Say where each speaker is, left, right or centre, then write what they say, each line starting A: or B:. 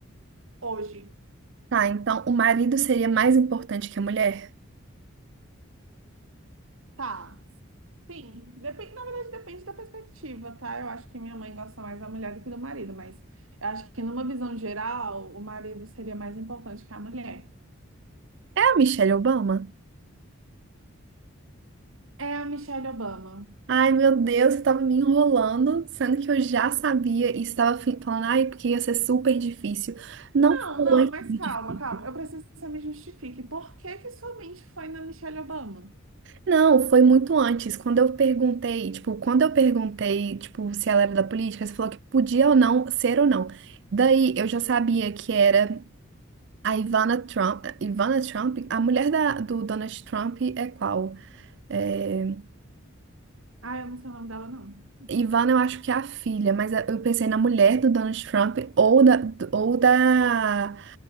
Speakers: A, on the right; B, on the right.
A: Hoje,
B: Tá, então, o marido seria mais importante que a mulher?
A: tá. Sim, depende, na verdade depende da perspectiva, tá? Eu acho que minha mãe gosta mais da mulher do que do marido, mas eu acho que numa visão geral, o marido seria mais importante que a mulher.
B: É a Michelle Obama?
A: É a Michelle Obama.
B: Ai, meu Deus, você tava me enrolando, sendo que eu já sabia e estava fi- falando, ai, porque ia ser super difícil. Não
A: Não,
B: foi
A: não,
B: super
A: mas calma,
B: difícil.
A: calma. Eu preciso que você me justifique. Por que que sua mente foi na Michelle Obama?
B: Não, foi muito antes. Quando eu perguntei, tipo, quando eu perguntei, tipo, se ela era da política, você falou que podia ou não ser ou não. Daí eu já sabia que era a Ivana Trump. Ivana Trump, a mulher da, do Donald Trump é qual? É,
A: Ah, eu não sei o nome dela, não.
B: Ivana, eu acho que é a filha, mas eu pensei na mulher do Donald Trump ou da, ou da,